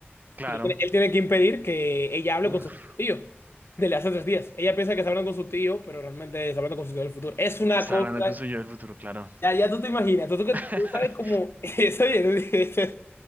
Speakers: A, on the right (about 40°); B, on the left (about 70°).
A: claro.
B: Y él él tiene que impedir que ella hable
A: Uf,
B: con su tío, desde hace tres días. Ella piensa que está hablando con su tío, pero realmente está hablando con su tío del futuro. Es una
A: está
B: cosa,
A: hablando con su yo del futuro, claro.
B: ya, ya tú te imaginas, tú, tú que-
A: <laughs>
B: tú sabes cómo, <laughs> eso, oye, tú dices, <laughs>